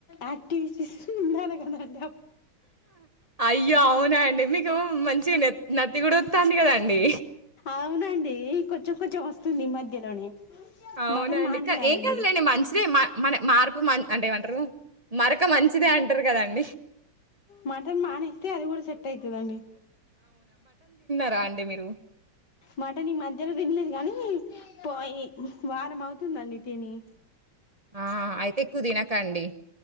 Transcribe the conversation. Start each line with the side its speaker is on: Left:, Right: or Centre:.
Left: యాక్టివిస్ ఉండాలి కదండీ
Right: అయ్యో అవునా అండి మీకు మంచి నే న నత్తి కూడా వత్తాంది కదండి
Left: అవునండి కొంచెం కొంచెం వస్తుంది ఈ మధ్యలోనే
Right: అవునండి
Left: మటన్ మానేయాలండి
Right: ఏం కదలేండి మంచిదే మన మార్పు మ అంటే ఏమంటారు మరొక మంచిదే అంటారు కదండి
Left: మటన్ మానేస్తేఅది కూడా సెట్ అయితే దండి
Right: రాండి అండి మీరు
Left: మటన్ ఈ మధ్యలో తినలేదు కానీ పోయి వారం అవుతుందండి తిని
Right: ఆ అయితే ఎక్కువ తినకండి